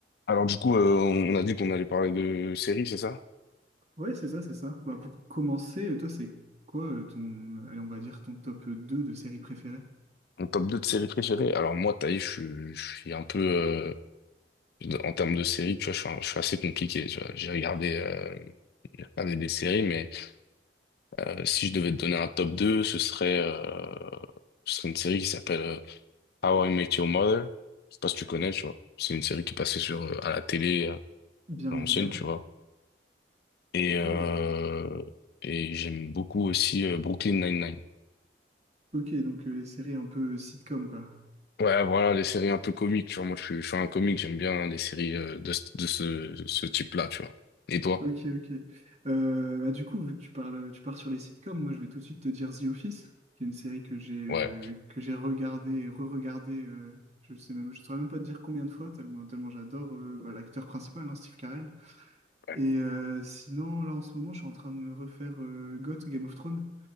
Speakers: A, on the left (about 60°); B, on the right (about 40°).
A: Alors du coup, euh, on a dit qu'on allait parler de séries, c'est ça?
B: Ouais, c'est ça, c'est ça. Bah, pour commencer, euh, toi, c'est quoi euh, ton, allez, on va dire ton top deux de séries préférées?
A: Mon top 2 de séries préférées. Alors moi, Taï, je, suis je suis un peu... euh, en termes de séries, tu vois, je suis, un- je suis assez compliqué. tu vois. J'ai regardé, euh, j'ai regardé des séries, mais euh, si je devais te donner un top 2, ce serait, euh, ce serait une série qui s'appelle euh, How I Met Your Mother. Je sais pas si tu connais, tu vois. C'est une série qui passait sur, euh, à la télé, euh,
B: Bien
A: à l'ancienne,
B: évidemment.
A: tu vois. Et, euh,
B: Non, bien.
A: et j'aime beaucoup aussi euh, Brooklyn Nine-Nine.
B: Ok, donc euh, les séries un peu sitcom, quoi.
A: Ouais, voilà, les séries un peu comiques, tu vois. Moi, je suis, je suis un comique, j'aime bien les séries euh, de, ce- de ce, ce type-là, tu vois. Et toi?
B: Ok, ok. Euh, bah, du coup, vu que tu parles, tu pars sur les sitcoms, moi je vais tout de suite te dire The Office, qui est une série que j'ai euh,
A: Ouais.
B: que j'ai regardée et re-regardée. euh, je sais même, je saurais même pas te dire combien de fois, tellement, tellement j'adore euh, bah, l'acteur principal, hein, Steve Carell.
A: Ouais.
B: Et euh, sinon, là en ce moment, je suis en train de me refaire euh, GOT, Game of Thrones,